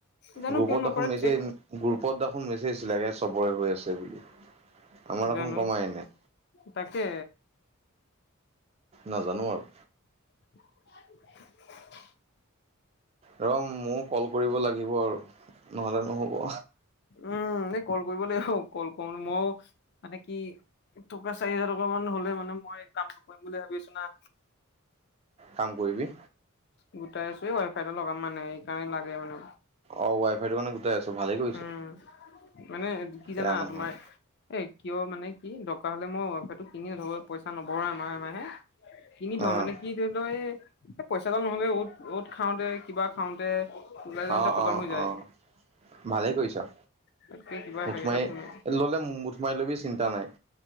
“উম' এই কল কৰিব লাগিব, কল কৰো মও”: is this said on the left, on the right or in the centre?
Left